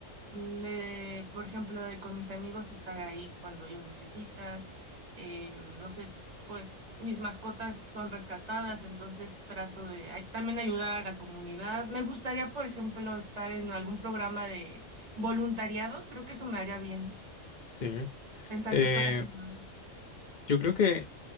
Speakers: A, on the right (about 35°); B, on the left (about 55°).
A: mm, de, por ejemplo, de con mis amigos estar ahí cuando ellos necesitan. eh, no sé, pues mis mascotas son rescatadas, entonces trato de ay- también ayudar a la comunidad. Me gustaría, por ejemplo, estar en algún programa de voluntariado. Creo que eso me haría bien,
B: Sí.
A: pensar
B: Eh,
A: que estoy haciendo algo.
B: yo creo que